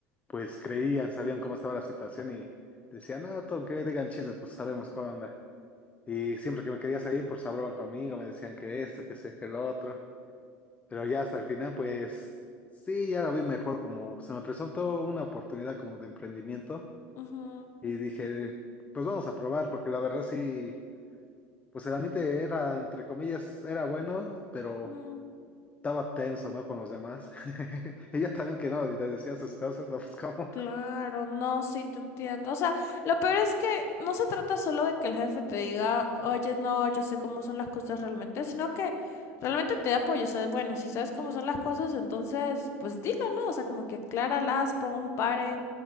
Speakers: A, on the left; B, on the left.
A: pues creían, sabían cómo estaba la situación y decían, ah, Tom, que digan chismes, pues sabemos cómo anda. Y siempre que me querías ahí, pues hablaban conmigo, me decían que esto, que sé, que lo otro. Pero ya hasta el final, pues sí, ya lo vi mejor, como se me presentó una oportunidad como de emprendimiento
B: ujú,
A: y dije, pues vamos a probar, porque la verdad sí, pues el ambiente era, entre comillas, era bueno, pero
B: ujú.
A: estaba tenso, ¿no? Con los demás. <laughs> Ella también que no, le decía sus cosas, no, <laughs> pues cómo.
B: Claro, no, sí te entiendo. O sea, lo peor es que no se trata solo de que el jefe te diga, oye, no, yo sé cómo son las cosas realmente, sino que realmente te dé apoyo. O sea, bueno, si sabes cómo son las cosas, entonces, pues dilo, ¿no? O sea, como que acláralas, pon un pare.